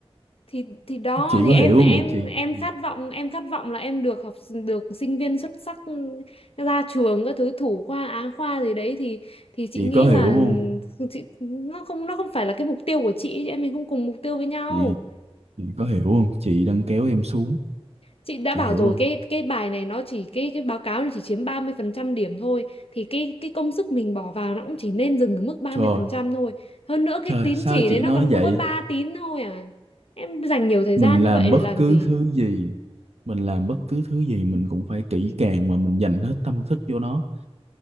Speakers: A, on the left (about 65°); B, on the right (about 80°).
A: Thì thì đó
B: chị
A: thì
B: có
A: em
B: hiểu
A: em
B: không vậy chị
A: em
B: chị
A: khát vọng, em khát vọng là em được học được sinh viên xuất sắc ừ, ra trường các thứ thủ khoa á khoa gì đấy thì thì chị
B: chị
A: nghĩ
B: có hiểu
A: là
B: không
A: ừ, chị nó không nó không phải là cái mục tiêu của chị, chị em mình không cùng mục tiêu với nhau.
B: chị chị có hiểu không chị đang kéo em xuống
A: Chị đã
B: chị
A: bảo
B: hiểu
A: rồi
B: không
A: cái cái bài này nó chỉ cái cái báo cáo này chỉ chiếm 30% điểm thôi thì cái cái công sức mình bỏ vào nó cũng chỉ nên dừng ở mức ba
B: trời
A: mươi phần trăm thôi. Hơn nữa cái
B: trời
A: tín
B: sao
A: chỉ
B: chị
A: đấy nó
B: nói
A: còn
B: vậy
A: có mỗi 3 tín thôi à. Em dành nhiều thời
B: mình
A: gian như
B: làm
A: vậy
B: bất
A: để làm
B: cứ
A: gì?
B: thứ gì mình làm bất cứ thứ gì mình cũng phải kỹ càng mà mình dành hết tâm thức vô nó